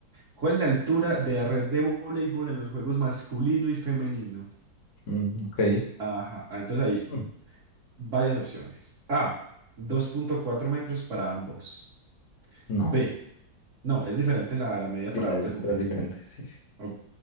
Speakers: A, on the right; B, on the left.
A: ¿Cuál es la altura de la red de voleibol en los juegos masculino y femenino?
B: Mm, ok.
A: Ajá, ah, entonces ahí,
B: Mm,
A: Varias opciones. A, dos punto cuatro metros para ambos.
B: No,
A: B, no, es diferente la, la medida
B: sí,
A: para
B: la
A: hombres
B: de
A: y mujeres.
B: es diferente. Sí, sí.
A: Ok,